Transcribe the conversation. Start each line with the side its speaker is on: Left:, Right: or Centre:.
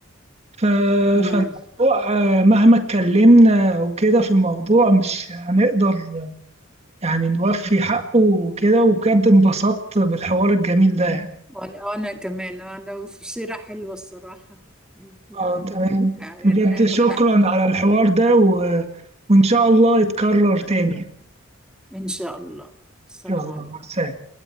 Right: ف...
Centre: مم.
Right: فالموضوع آه، مهما اتكلمنا وكده في الموضوع مش هنقدر يعني نوفي حقه وكده وبجد انبسطت بالحوار الجميل ده يعني.
Centre: وانا أنا كمان انا في سيرة حلوة الصراحة البروجرامينج
Right: اه تمام
Centre: وبتاع يعني
Right: بجد
Centre: انا
Right: شكرا
Centre: كنت احبها
Right: على الحوار ده و... وإن شاء الله يتكرر تاني
Centre: ان
Right: يعني.
Centre: إن شاء الله السلام
Right: إن شاء
Centre: عليكم
Right: الله مع السلامة